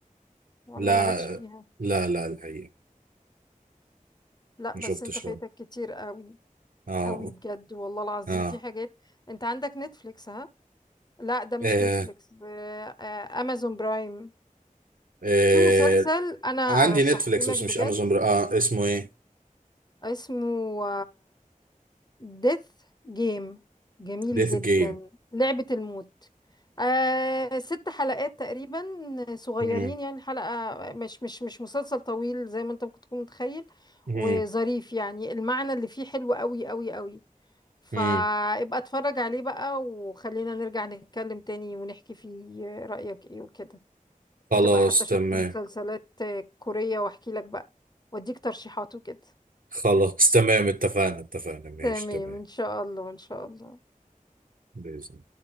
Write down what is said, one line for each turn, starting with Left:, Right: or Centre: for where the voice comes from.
Left: ولا
Right: لا
Left: مالكش فيها
Right: لا لا الحقيقة
Left: لا
Right: ما
Left: بس
Right: شفتش
Left: انت فايتك
Right: ولا
Left: كتير قوي
Right: اه
Left: قوي بجد والله العظيم
Right: اه
Left: في حاجات انت عندك نتفليكس ها لا ده مش
Right: آه.
Left: نتفليكس ب- آه، امازون برايم
Right: آه.
Left: في مسلسل انا ارشحه
Right: عندي نتفليكس
Left: لك
Right: بس
Left: بجد
Right: مش امازون بر... اه اسمه ايه
Left: اسمه ديث جيم جميل
Right: ديث
Left: جدا
Right: جيم
Left: لعبة الموت آه ست حلقات تقريبا صغيرين
Right: مم.
Left: يعني حلقة مش مش مش مسلسل طويل زي ما انت ممكن تكون متخيل
Right: مم.
Left: وظريف يعني المعنى اللي فيه حلو قوي قوي قوي فابقى
Right: مم.
Left: اتفرج عليه بقى وخلينا نرجع نتكلم تاني ونحكي فيه رأيك ايه وكده
Right: خلاص
Left: وتبقى حتى
Right: تمام
Left: شفت مسلسلات كورية واحكي لك بقى واديك ترشيحات وكده
Right: خلاص تمام اتفقنا اتفقنا ماشي
Left: تمام
Right: تمام
Left: ان شاء الله ان شاء الله
Right: بإذن